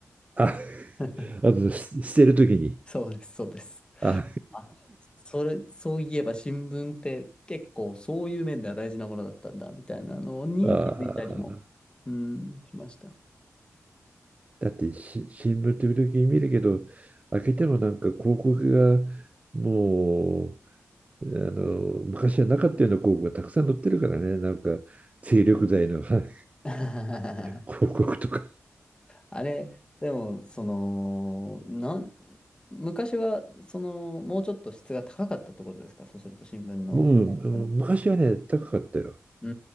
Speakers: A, on the right; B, on the left.
A: あ、
B: <laughs>
A: あと、捨てる時に。
B: そうです、そうです。
A: あ
B: あ、それ、そういえば新聞って結構そういう面では大事なものだったんだ、みたいなのに気づいたりも、
A: <laughs> あ。
B: うん、しました。
A: だってし新聞時々見るけど、開けてもなんか広告がもう、あの、昔はなかったような広告がたくさん載ってるからね、なんか、精力剤の <laughs> 広
B: <laughs>
A: 告とか。
B: あれ、でも、その、なん、昔は、その、もうちょっと質が高かったってことですかそうすると、新聞の、
A: もう昔はね、
B: この、
A: 高かったよ。
B: うー